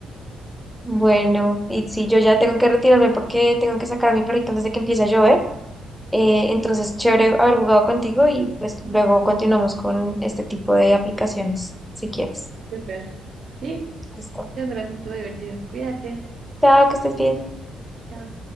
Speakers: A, in the centre; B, on the right (about 60°).
A: Bueno, y sí, yo ya tengo que retirarme porque tengo que sacar a mi perrito antes de que empiece a llover. Eh, entonces, chévere haber jugado contigo y pues luego continuamos con este tipo de aplicaciones, si quieres.
B: Súper. Sí,
A: Listo.
B: ya sabes, estuvo divertido. Cuídate.
A: Chao, que estés bien.
B: Chao.